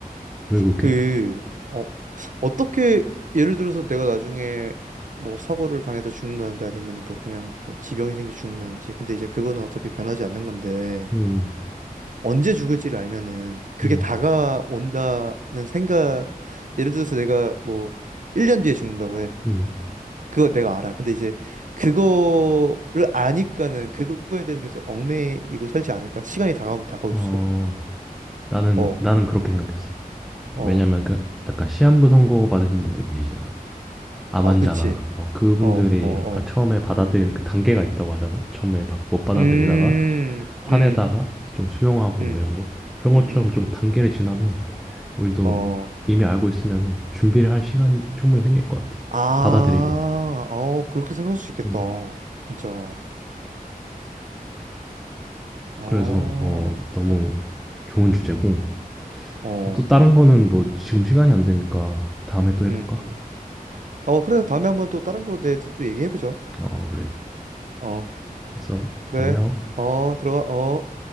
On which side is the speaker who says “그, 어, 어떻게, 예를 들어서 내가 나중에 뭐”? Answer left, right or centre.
Right